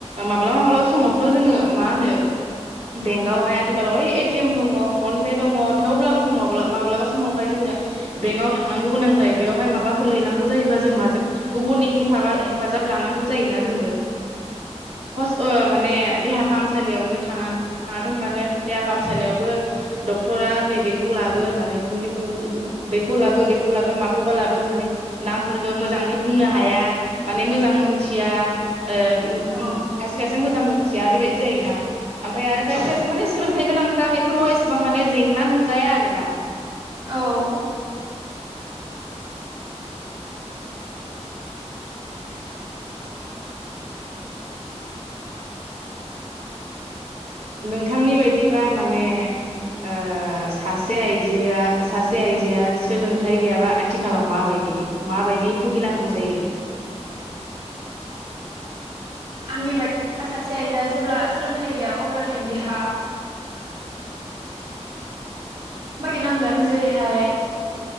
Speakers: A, on the right (about 70°); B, on the right (about 45°).
A: माबबा-माबबा समावथबोथ जों मा होनो बेंखआवहाय आथिखालाव वै एटिएम दङ फन पे दङ थेवब्लाबो जों माब्लाबा समावहाय जोङो बेंकाव थांनांगौ गोनां जायो बेयावहाय माबाफोर लिरनांगौ जायोबा जों माजों गुबुननि हेफा हेफाजाब लानांगौ जायोना जोंबो माने देहा फाहामसालियावनो थाङा थाङाथों मानो देहाफाहाम फसालियावबो डक्टरा नैबेखौ लाबो होननानै मुलिफोरखौ बेखौ लाबो बेखौ लाबो माखौबा लाबो होननानै नामफोरखौ मोजाङै बुंनो हाया माने मोजां मोनथिया ओ उम-उम
B: औ
A: खायसे-खायसे मोजां मोजां बेबायदि जायोना ओमफाय आरो खायसे-खायसे माने सोलोंथाइ गोनां बेफोराव एसेबां माने जेंना नुजाया आरोना
B: औ <inaudible>
A: नोंथांनि बायदिबा माने ओ सासे आइजोआ सासे आइजोआ सोलोंथाइ गैयाबा आथिखालाव माबायदि माबायदि भुगिनांगौ जायो
B: आंनि बायदि सासे आइजोआ जेब्ला सोलोंथाइ गैया अब्लाथाय बिहा बायनांगोन जेरैहाय